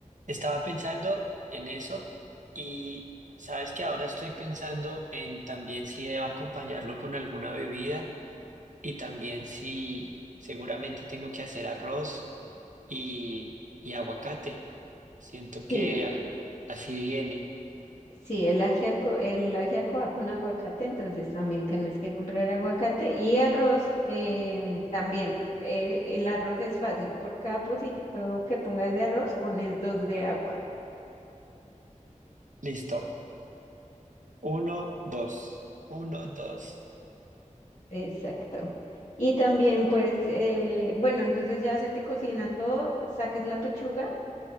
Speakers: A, on the right; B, on the left.
A: estaba pensando en eso y sabes que ahora estoy pensando en también si debo acompañarlo con alguna bebida y también si seguramente tengo que hacer arroz y, y aguacate. Siento que
B: Sí,
A: ah, así viene.
B: Sí, el ajiaco, el ajiaco va con aguacate, entonces también tenés que comprar aguacate y arroz eh, también. Eh, el arroz es fácil, por cada pocillito que pongas de arroz pones dos de agua.
A: Listo. Uno, dos. Uno, dos.
B: Exacto. Y también pues, eh, bueno, entonces ya se te cocina todo, sacas la pechuga